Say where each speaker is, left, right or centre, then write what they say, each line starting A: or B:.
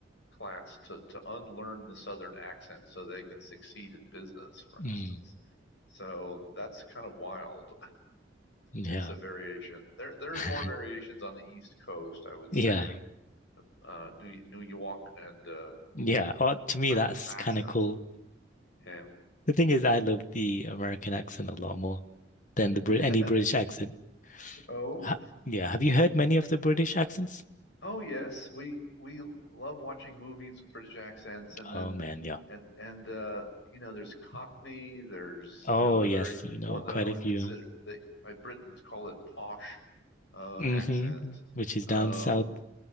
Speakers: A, on the left; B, on the left.
A: class to to unlearn the Southern accent so they can succeed in business, for
B: Mm,
A: instance. So that's kind of wild.
B: yeah.
A: It's a variation. There, there's
B: <laughs>
A: more variations on the East Coast, I would
B: Yeah.
A: say. Uh, New New York and uh,
B: Yeah. Oh, to
A: and
B: me,
A: ba
B: that's
A: Boston.
B: kind of cool.
A: Yeah.
B: The thing is, I love the American accent a lot more than the
A: <laughs>
B: Brit any British accent.
A: Oh,
B: Ha yeah. Have you heard many of the British accents?
A: oh yes, we we love watching movies with British accents, and then
B: Oh, man. Yeah.
A: and and uh, you know, there's Cockney. There's
B: Oh,
A: you know a
B: yes.
A: very
B: You
A: one
B: know,
A: that
B: quite
A: I would
B: a few.
A: consider they my Britons call it posh uh,
B: hmm
A: accent.
B: Which is
A: Um,
B: down south.